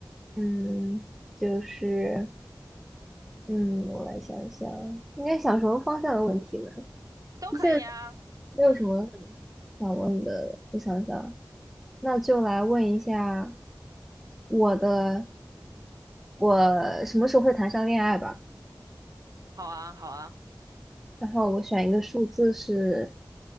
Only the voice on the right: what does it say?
都可以啊。
嗯，
好啊，好啊。